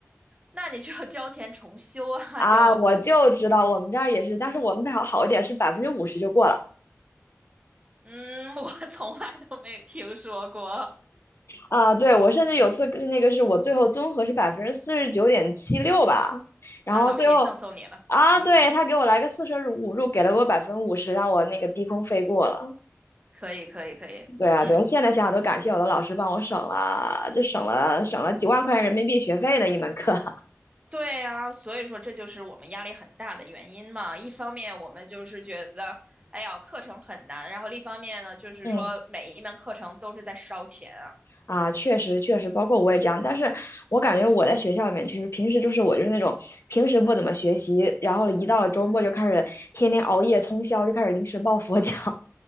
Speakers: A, on the right; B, on the left.
A: 那你就要交钱重修啊，
B: 啊，
A: 就
B: 我就知道我们这儿也是，但是我们比较好一点，
A: 嗯
B: 是百分之五十就过了。
A: 嗯，我 <laughs> 从来都没听说过。
B: 啊，对，
A: 嗯，
B: 我甚至有次跟那个是我最后综合是百分之四十九点七六吧，然后最后
A: 那老师也赠送你了。
B: 啊，
A: 嗯，
B: 对，他给我来个四舍五入，给了我百分之五十，让我那个低空飞过了。
A: 可以，可以，可以。
B: 对啊，
A: 嗯，
B: 对啊，现在想想都感谢我的老师帮我省了，这省了省了几万块人民币学费的一门课 <laughs> 啊，
A: 对啊，所以说这就是我们压力很大的原因嘛。一方面我们就是觉得，哎呀，课程很难，然后另一方面呢，就是说每一门课程都是在烧钱啊。
B: 嗯。啊，确实确实，包括我也这样，但是我感觉我在学校里面，其实平时就是我就是那种平时不怎么学习，然后一到了周末就开始天天熬夜通宵，就开始临时抱佛脚。